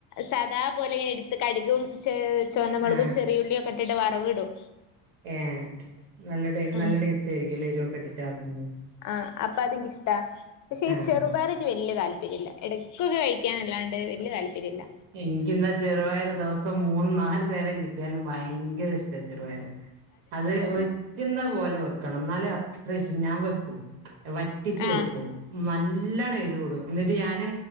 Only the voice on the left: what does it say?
സാധാ പോലെ ഇങ്ങനെ എടുത്ത് കടുകും ചെ ചോന്നമുളകും
ചെറിയുള്ളിയും ഒക്കെ ഇട്ടിട്ട് വറവ് ഇടും
ഉം
ആഹ അപ്പൊ അത് ഇനിക്കിഷ്ടാ പക്ഷെ ഈ
ചെറുപയറ് ഇനിക്ക് വല്യ താല്പര്യമില്ല ഇടക്കൊക്കെ കഴിക്കാന്നല്ലാണ്ട് വല്യ താല്പര്യല്ല
ആഹ്